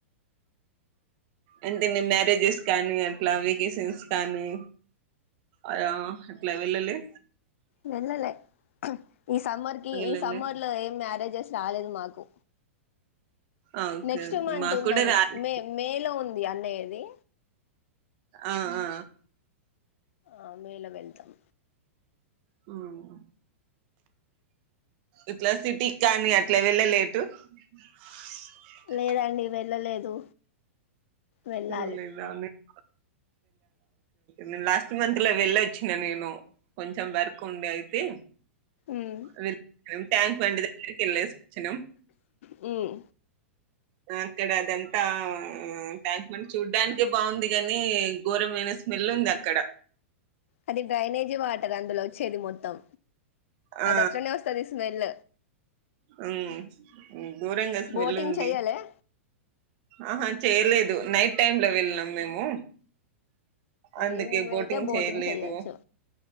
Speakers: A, on the right; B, on the left.
A: అంటే నె మ్యారేజెస్ కానీ అట్లా వెకేషన్స్ కానీ అయ అట్ల వెళ్లలే
B: వెళ్లలే ఈ సమ్మర్ కి
A: వెళ్ళలే
B: ఈ సమ్మర్ లో ఏ మ్యారే జ్స్ రాలేదు మాకు
A: ఆ, ఓకే
B: నెక్స్ట్
A: ఓకే
B: మంత్
A: మాకు
B: ఉందనుకు
A: కూడా రాలే
B: మే మే లో ఉంది అన్నయ్యది
A: ఆ ఆ
B: ఆ మేలో వెళ్తాం
A: హ్మ్ ఇట్లా సిటీకి కానీ అట్లే వెళ్ళలే ఎటు <unintelligible>
B: లేదండి వెళ్ళలేదు వెళ్ళాలి
A: ఏళ్లేదా నిక్ నేను లాస్ట్ మంత్ లో వెళ్ళొచ్చిన నేను కొంచెం వర్క్ ఉండే అయితే
B: మ్మ్
A: వీల్ ట్యాంక్ బండ్ దగ్గరికి వెళ్లేసొచ్చినం
B: హ్మ్
A: అక్కడ అదంతా ట్యాంక్ బండ్ చూడ్డానికే బాగుంది కాని ఘోరమైన స్ స్మెల్ ఉంది అక్కడ
B: అది డ్రైనేజీ వాటర్ అందులో వచ్చేది మొత్తం.
A: ఆ
B: అదట్లనే వస్తాది స్మెల్
A: హ్మ్ ఘోరంగా స్మెల్
B: బోటింగ్
A: ఉంది.
B: చెయ్యాలే
A: ఆహా చేయలే దు నైట్ టైమ్ లో వెళ్ళినం మేము. అందుకే
B: ఈవినింగ్
A: బోటింగ్
B: వెళ్తే
A: చేయలేదు.
B: చెయొచ్చు